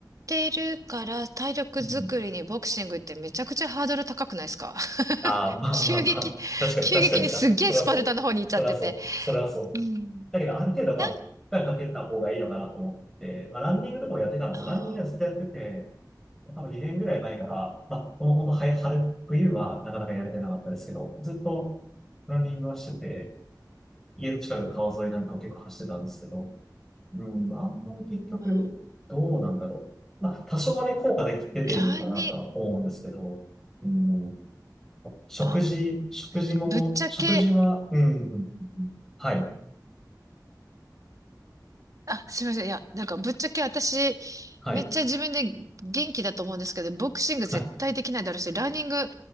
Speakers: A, on the right; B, in the centre.
A: てるから体力作りにボクシングってめちゃくちゃハードル高くないですか
B: うん。
A: <laughs>
B: ああ、まあまあまあ。
A: 急激、
B: 確かに、
A: 急激にすっげえスパルタの方に行っちゃってて。
B: 確かに、確かに。そりゃそう。そりゃそう。そりゃそう。
A: うん。
B: だけど、ある程度、まあ、
A: なんか、
B: 負荷かけた方がいいのかなと思って、まあ、ランニングとかもやってたんですよ。
A: あー
B: ランニングはずっとやってて、多分2年ぐらい前から、まあ、この本当、はい、春、冬はなかなかやれてなかったですけど、ずっとランニングはしてて、家の近くの川沿いなんかを結構走ってたんですけど、うん、あんまり結局、
A: あ
B: どうなんだろう。まあ、多少はね、効果で出ているのかなとは思うんですけど、
A: ーラニ、
B: うん、食事、
A: あ、
B: 食事も、
A: ぶっちゃけ、
B: 食事は、うん、うんはい、
A: あ、すみません。いや、なんかぶっちゃけ私、
B: はい、
A: めっちゃ自分で元気だと思うんですけど、ボクシング絶対できないだろうし、
B: はい。
A: ランニング、あ、